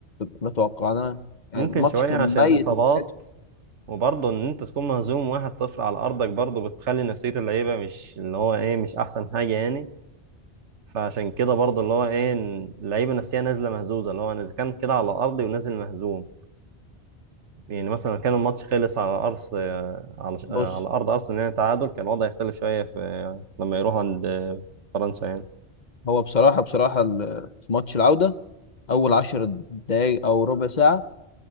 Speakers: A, on the left; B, on the right.
A: اللي توقعناه يعني
B: ممكن
A: الماتش
B: شوية
A: كان
B: عشان
A: ميت
B: الإصابات
A: من ناحيته.
B: وبرضه إن أنت تكون مهزوم واحد صفر على أرضك برضه بتخلي نفسية اللعيبة مش اللي هو إيه مش أحسن حاجة يعني فعشان كده برضه اللي هو ايه إن اللعيبه نفسها نازله مهزوزه اللي هو انا اذا كان كده على ارضي ونازل مهزوم يعني مثلا كان الماتش خلص على أرض على
A: بص
B: على أرض أرسنال يعني تعادل كان الوضع يختلف شوية في لما يروح عند فرنسا يعني
A: هو بصراحه بصراحه ال- في ماتش العوده اول عشر دقايق او ربع ساعه